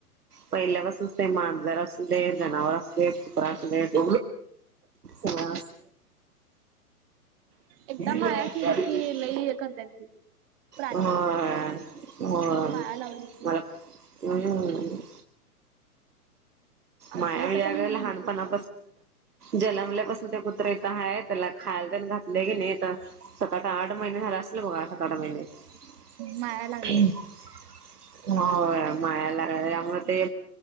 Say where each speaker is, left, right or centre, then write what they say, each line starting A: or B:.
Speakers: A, on the right (about 75°); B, on the right (about 40°).
A: पहिल्या पसूनच ते मांजर असुदे जनावर असुदेत कुत्र असुदेत हा
B: एकदा
A: आल्यात
B: माया केली की लई हे करतात ती प्राणी
A: हा
B: पण
A: होय
B: माया लावली की
A: मला हम्!
B: आमच्या
A: माया
B: इथं
A: हे आग
B: पण
A: लहान
B: होती
A: पना जन्मल्या पासन ते कुत्र इथ हाय तेला खायला तेन घात लय की नाय आता सात आ आठ महिने झाल असतील बघा. <unintelligible>
B: माया लागल्या
A: हो माळालाग <unintelligible> त्यामुळ ते